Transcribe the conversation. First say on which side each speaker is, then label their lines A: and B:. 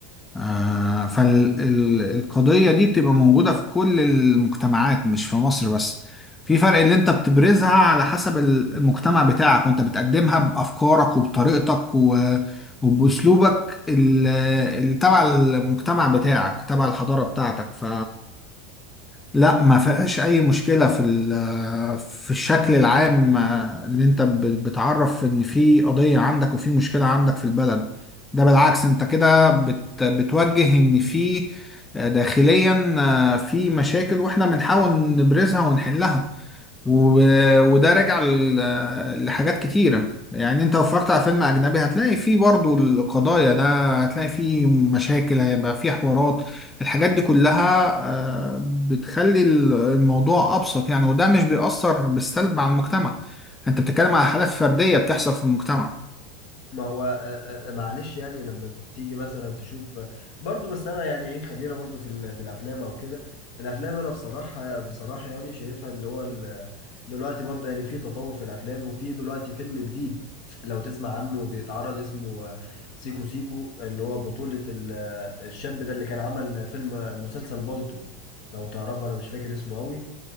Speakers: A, on the left (about 15°); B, on the left (about 60°).
A: آه، فالقضية دي بتبقى موجودة في كل المجتمعات مش في مصر بس في فرق اللي انت بتبرزها على حسب المجتمع بتاعك وانت بتقدمها بأفكارك وبطريقتك و- وبأسلوبك ال- اللي تبع المجتمع بتاعك تبع الحضارة بتاعتك ف لا ما فيهاش اي مشكله في ال- في الشكل العام اللي انت ب- بتعرف ان في قضيه عندك وفي مشكله عندك في البلد ده بالعكس انت كده بت بتوجه ان في داخليا في مشاكل واحنا بنحاول نبرزها ونحلها وب... وده راجع ل- لحاجات كتيرة يعني انت لو اتفرجت على فيلم اجنبي هتلاقي فيه برضو القضايا ده هتلاقي فيه مشاكل هيبقى فيه حوارات الحاجات دي كلها آه، بتخلي ال- الموضوع ابسط يعني وده مش بيأثر بالسلب على المجتمع انت بتتكلم على حالات فردية بتحصل في المجتمع
B: ما هو آه، آه، آه، معلش يعني لما تيجي مثلا تشوف آه، برضو بس انا يعني ايه خلينا برضو في ال- في الافلام او كده الافلام انا بصراحة بصراحة يعني شايفها اللي هو ال- دلوقتي برضو يعني في تطور في الافلام وفي دلوقتي فيلم جديد لو تسمع عنه بيتعرض اسمه آه، سيكو سيكو اللي هو بطولة ال- آه، الشاب ده اللي كان عمل فيلم آه، مسلسل بالطو لو تعرفه انا مش فاكر اسمه قوي